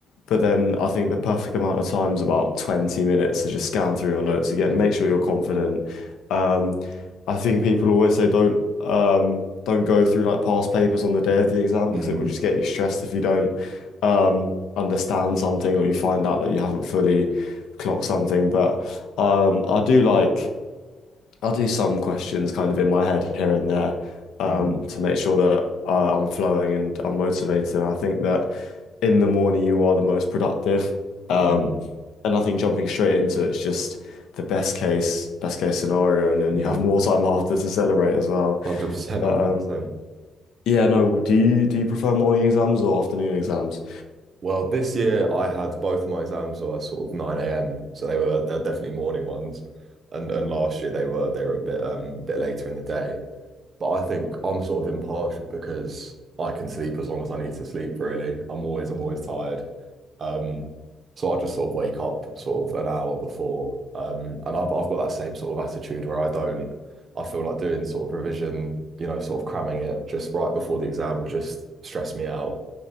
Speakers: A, on the left (about 80°); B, on the right (about 45°).
A: but then I think the perfect amount of time is about 20 minutes to just scan through your notes again,
B: mm,
A: make sure you're confident. Um, I think people always say don't um, don't go through like past papers on the day of the exam
B: mm,
A: because
B: mm,
A: it will just get you stressed if you don't um, understand something or you find out that you haven't fully clocked something. But um, I do like. I'll do some questions kind of in my head here and there um,
B: mm,
A: to make sure that uh, I'm flowing and I'm motivated. And I think that in the morning you are the most productive. Um,
B: mm,
A: and I think jumping straight into it's just the best case, best case scenario. And then
B: mm,
A: you have more time <laughs> after to celebrate as well.
B: 100%,
A: But
B: 100%.
A: um, yeah, no, do you do you prefer morning exams or afternoon exams?
B: Well, this year I had both of my exams were sort of 9 a.m. So they were they're definitely morning ones. And and last year they were they were a bit um bit later in the day. But I think I'm sort of impartial because I can sleep as long as I need to sleep, really. I'm always I'm always tired. Um so I just sort of wake up sort of an hour before. Um and I've I've got that same sort of attitude where I don't I feel like doing sort of revision, you know, sort of cramming it just right before the exam will just stress me out.